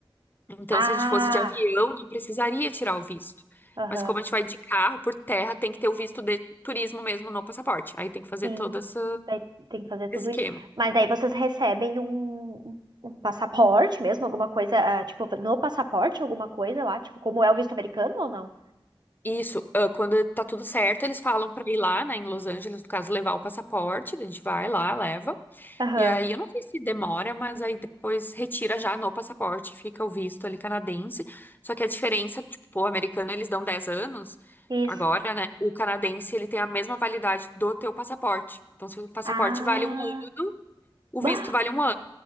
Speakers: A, on the left; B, on the right.
A: Então,
B: Ah,
A: se a gente fosse de avião, não precisaria tirar o visto.
B: aham.
A: Mas como a gente vai de carro por terra, tem que ter o visto de turismo mesmo no passaporte. Aí tem que fazer
B: Sim.
A: todo esse
B: Daí tem que fazer tudo
A: esquema.
B: isso. Mas daí vocês recebem um, um um passaporte mesmo, alguma coisa, ah, tipo, no passaporte, alguma coisa lá, tipo, como é o visto americano ou não?
A: Isso, ah, quando tá tudo certo, eles falam pra ir lá, né, em Los Angeles, no caso, levar o passaporte, a gente vai lá, leva.
B: Aham.
A: E aí, eu não sei se demora, mas aí depois retira já no passaporte, fica o visto ali canadense. Só que a diferença, tipo, o americano eles dão 10 anos
B: Isso.
A: agora, né? O canadense ele tem a mesma validade do teu passaporte. Então, se o passaporte
B: Ah.
A: vale um ano, o
B: Bah,
A: visto vale um ano.